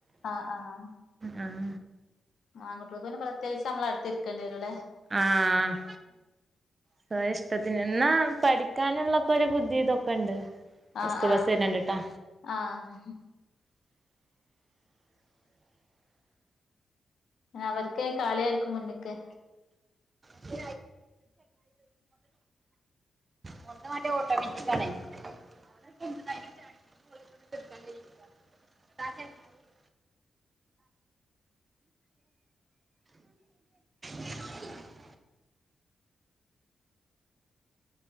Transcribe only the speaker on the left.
ആഹ് ആഹ്
ആൺകുട്ടികളത് പിന്നെ പ്രത്യേകിച്ച് നമ്മള് അടുത്തിരിക്കേണ്ടി വരും അല്ലേ
ആഹ്
ആഹ്
ആഹ് അവര്ക്കെ കാളിയായിരിക്കും മുന്ന്ക്ക്